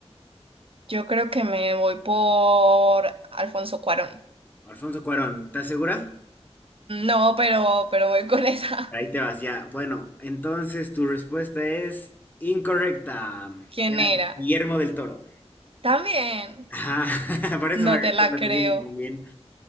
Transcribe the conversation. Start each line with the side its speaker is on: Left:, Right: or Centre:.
Right: yo creo que me voy por Alfonso Cuarón.
Left: Alfonso Cuarón, ¿estás segura?
Right: No, pero, pero voy con esa.
Left: Ahí te vas, ya. Bueno, entonces tu respuesta es incorrecta.
Right: <laughs> ¿Quién
Left: Era
Right: era?
Left: Guillermo del Toro.
Right: También.
Left: Ajá, <laughs> por eso
Right: No
Left: me reí
Right: te la
Left: cuando
Right: creo.
Left: te dije también.